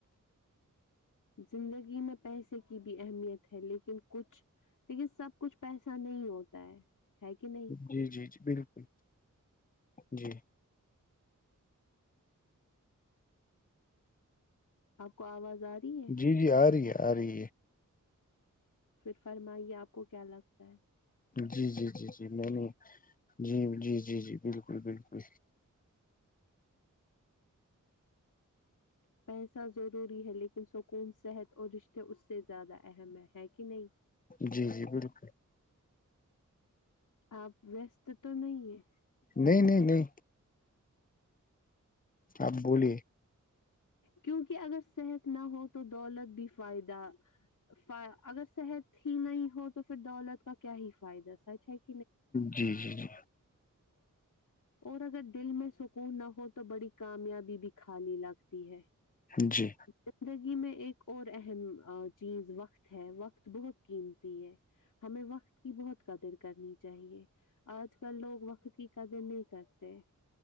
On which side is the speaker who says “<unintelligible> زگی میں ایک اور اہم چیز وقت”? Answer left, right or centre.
Left